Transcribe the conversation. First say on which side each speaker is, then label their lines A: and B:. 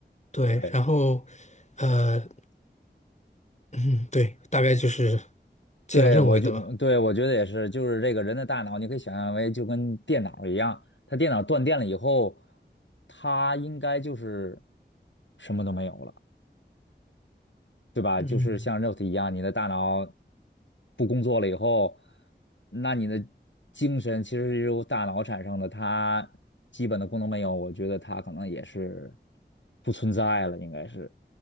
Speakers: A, on the left; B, on the left.
A: 对。
B: 对。
A: 然后，呃，嗯，对，大概就是这样认为的吧。
B: 对，我就对我觉得也是，就是这个人的大脑，你可以想象为就跟电脑一样，它电脑断电了以后，它应该就是什么都没有了，对吧？
A: 嗯
B: 就是像肉体一样，你的大脑不工作了以后，那你的精神其实是由大脑产生的，它基本的功能没有，我觉得它可能也是不存在了，应该是。